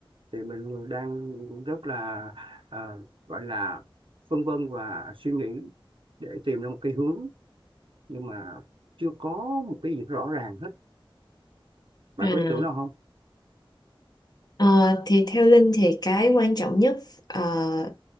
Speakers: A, on the right (about 70°); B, on the left (about 45°).
A: thì mình đang rất là ờ, gọi là phân vân và suy nghĩ để tìm ra một cái hướng nhưng mà chưa có một cái gì rõ ràng hết bạn
B: à.
A: có ý tưởng nào không
B: Ờ, thì theo Linh thì cái quan trọng nhất ờ,